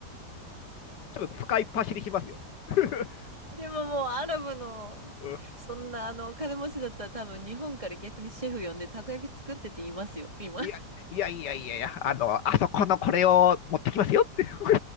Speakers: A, on the left; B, on the right.
A: ちょっと使いっ走りしますよ。<laughs>
B: でももうアラブの、
A: うん
B: そんなあのお金持ちだったら多分日本から逆にシェフ呼んでたこ焼き作ってって言いますよ、今。
A: いや、いやいやいやいや、あの、あそこのこれを持ってきますよって。<laughs>